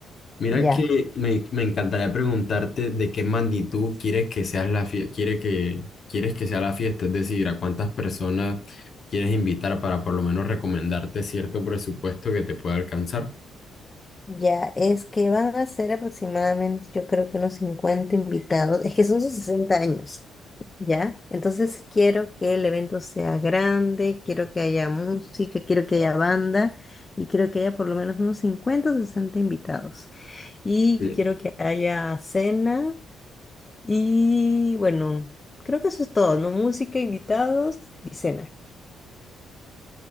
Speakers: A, on the left (about 45°); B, on the left (about 25°).
A: mira
B: ya,
A: que me, me encantaría preguntarte de qué magnitud quieres que seas la fie- quiere que, quieres que sea la fiesta, es decir, a cuántas personas quieres invitar para por lo menos recomendarte cierto presupuesto que te pueda alcanzar.
B: ya, es que van a ser aproximadamente yo creo que unos 50 invitados, es que son sus 60 años. ¿Ya? Entonces quiero que el evento sea grande, quiero que haya música, quiero que haya banda y quiero que haya por lo menos unos 50 o 60 invitados. Y
A: Sí.
B: quiero que haya cena y bueno, creo que eso es todo, ¿no? Música, invitados y cena.